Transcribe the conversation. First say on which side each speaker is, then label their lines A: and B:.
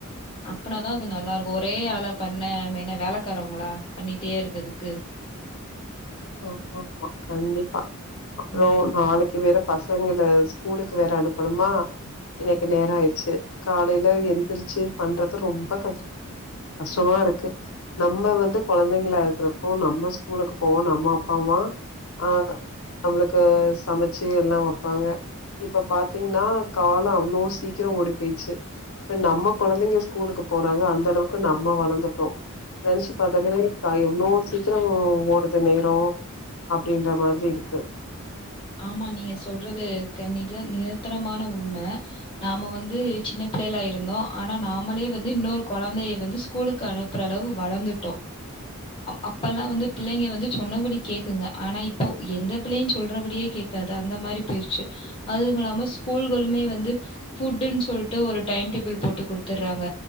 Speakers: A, on the left; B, on the left.
A: அப்பனாதா அது நல்லா இருக்கு ஒரே ஆளா பண்ண மென வேலைக்காரவங்களா பண்ணிட்டே இருக்கதுக்கு
B: ஆ ஆமா கண்டிப்பா அப்புறோ
A: ம்
B: நாளைக்கு வேற பசங் பசங்கள ஸ்கூலுக்கு வேற அனுப்பணுமா இன்னிக்கு நேரோ ஆயிடிச்சி காலையில எந்திரிச்சி பண்றது ரொம்ப கஷ் கஷ்டமா இருக்கு நம்ம வந்து கொழந்தைங்கள இருக்கிறப்போ நம்ம ஸ்கூலுக்கு போவோ நம் அம்மா அப்பாமா ஆ நம்மளுக்கு சமைச்சி எல்லா வப்பாங்க இப்ப பாத்தீங்கன்னா காலோ அவ்ளோ சீக்கி ஓடி போயிச்சி இப்ப நம்ம கொழந்தைங்க ஸ்கூலுக்கு போறாங்க அந்த அளவுக்கு நம்ம வளந்துட்டோ நெனைச்சி பாத்தீங்கன்னா எவ்ளோ சீக்கிரோ ஓடுது நே ரோ அப்பிடின்ற மாதிரி இருக்கு
A: ஆமா நீங்க சொல்றது கன்னிஜ நிரந்தரமான உண்ம நாம வந்து சின்ன பிள்ளைல்லா இருந்தோ ஆனா நாமளே வந்து இன்னொரு கொழந்தைய வந்து ஸ்கூலுக்கு அனுப்புற அளவு வளர்ந்துட்டோ அப்பெல்லா வந்து புள்ளைங்க வந்து சொன்னபடி கேக்குங்க ஆனா இப்போ எந்த பிள்ளையு சொல்றபடியே கேக்காது அந்த மாரி போயிர்ச்சி அதுவுல்லாம ஸ்கூல்களுமே வந்து ஃபுட்டுன்னு சொல்லிட்டு ஒரு டைம் டேபிள் போட்டு குடுத்துடுறாங்க